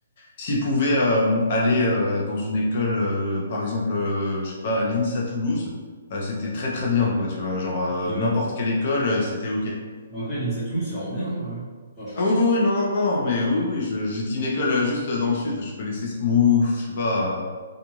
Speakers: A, on the left; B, on the left.
A: s'il pouvait euh, aller euh, dans une école, euh, par exemple, euh, je sais pas, l'INSA Toulouse, euh, c'était très très bien, quoi, tu vois, genre euh,
B: ouais, ouais.
A: n'importe quelle école, euh, c'était OK.
B: Bah, Après, l'INSATU, ça rend bien, hein, ouais. Enfin, je
A: Ah
B: crois.
A: oui, oui, non, non, mais oui, oui, je- j'ai dit une école euh, juste euh, dans le sud, je connaissais, ou ou, je sais pas, euh,